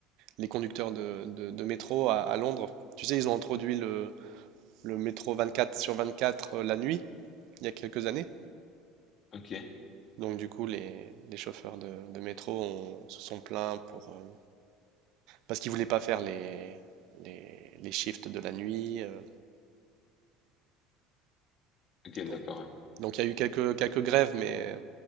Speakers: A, on the right; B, on the left.
A: les conducteurs de, de- de métro à, à Londres. Tu sais, ils ont introduit le, le métro 24 sur 24 euh, la nuit, il y a quelques années.
B: ok,
A: Donc du coup, les, les chauffeurs de, de métro ont- se sont plaints pour, euh, parce qu'ils voulaient pas faire les, les, les shifts de la nuit. euh,
B: ok,
A: donc,
B: d'accord, ouais.
A: donc il y a eu quelques, quelques grèves, mais